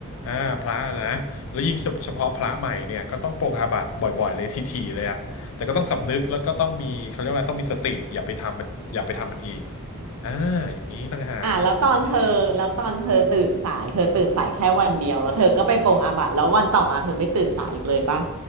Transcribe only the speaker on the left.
อ่าพระนะแล้วยิ่งเฉเฉพาะพระใหม่เนี่ยก็ต้องปลงอาบัติบ่อยๆเลยทีๆเลยอะแต่ก็ต้องสำนึกแล้วก็ต้องมีเขาเรียกว่าอะไรต้องมีสติอย่าไปทำมันอย่าไปทำมันอีกอ่าอย่างนี้ต่างหาก